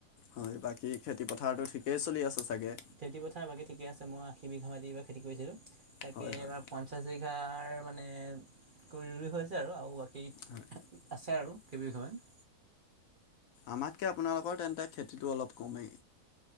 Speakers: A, on the left (about 70°); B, on the right (about 45°).
A: হয় বাকী খেতিপথাৰটো ঠিকেই চলি আছে চাগে?
B: খেতিপথাৰ বাকী ঠিকে আছে মই আশী বিঘা মাটি এবাৰ খেতি কৰিছিলোঁ, তাকে
A: হয়
B: এবাৰ
A: হয়
B: পঞ্চাছ বি ঘাৰ মানে কৈ ৰুই হৈছে আও আৰু বাকী
A: হয়
B: আছে আৰু কেইবিঘামান।
A: আমাতকে আপোনালোকৰ তেন্তে খেতিটো অলপ কমেই।